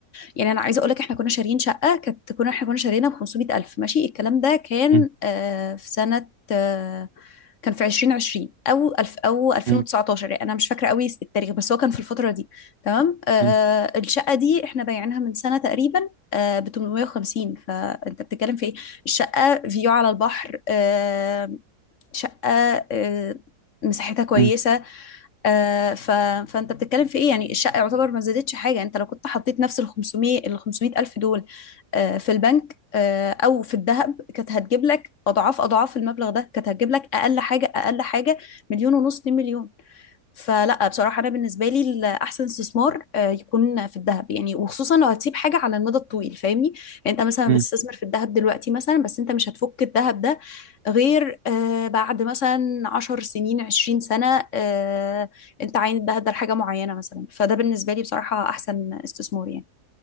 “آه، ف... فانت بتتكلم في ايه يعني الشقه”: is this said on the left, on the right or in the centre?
Left